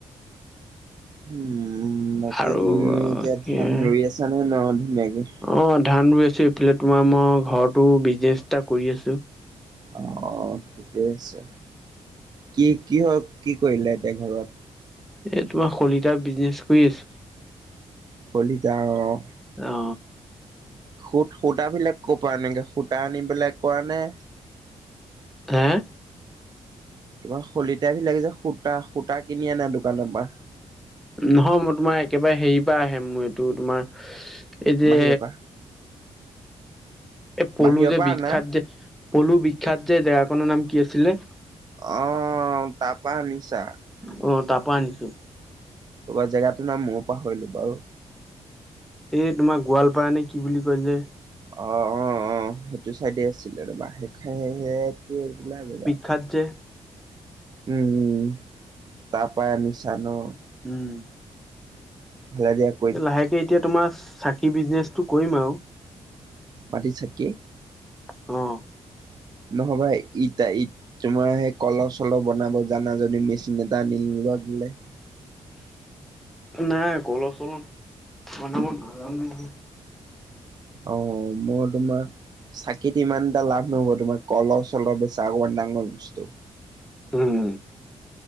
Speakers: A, on the right; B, in the centre.
A: উম, বাকী
B: আৰু
A: তুমি
B: সেয়া
A: এতিয়া ধান ৰুই আছা নহয় ন ধুনীয়াকে?
B: অ ধান ৰুই আছো এইফালে, তোমাৰ মই ঘৰতো বিজনেচ এটা কৰি আছো।
A: অ ঠিকেই আছে, কি কি হয় কি কৰিলে এতিয়া ঘৰত?
B: এ তোমাৰ শলিতাৰ বিজনেচ কৰি আছো।
A: হলিতা অঁ।
B: অ।
A: সূত সূতাবিলাক কপা আনেগে সূতা আনিবেলে কৰা নে
B: হে!
A: তোমাৰ শলিতাবিলাকে যে সূতা - সূতা কিনি আনে দোকানৰ পৰা
B: নহয় মই তোমাৰ একেবাৰে হেৰিৰ পৰা আহে মই এইটো তোমাৰ চু এই যে
A: বাহিৰৰ পৰা
B: এই পলু
A: বাহিৰৰ
B: যে
A: পৰা
B: বিখ্যাত
A: আনা
B: যে, পলু বিখ্যাত যে জেগাখনৰ নাম কি আছিলে?
A: অ, তাৰপা আনিছা।
B: অ, তাৰপৰা আনিছো।
A: ক'বা জেগাটো নাম ময়ো পাহৰিলো বাৰু।
B: এই তোমাৰ গোৱালপা নে কি বুলি কয় যে
A: অ', অ', অ', সেইটো চাইডে আছিলে ৰবা শেষাই কি বোলা জেগা।
B: খাদ্য। <unintelligible>
A: উম-উম তাৰ পাই আনিছা ন।
B: উম,
A: ভালে দিয়ক।
B: লাহেকে এতিয়া তোমাৰ চাকি বিজনেচটো কৰিম আউ।
A: মাটিৰ চাকি।
B: অ',
A: নহবাই ইটা-ইট তোমাৰ সেই কলহ-চলহ বনাব জানা যদি মেচিন এটা আনি নোলোৱা কেলে।
B: নাই কলহ-চলহ বনাব নোৱাৰা।
A: অ, মই তোমাৰ চাকিত ইমান এটা লাভ নহ'ব, তোমাৰ কলহ চল বেচা অকণমান ডাঙৰ বস্তু।
B: উম,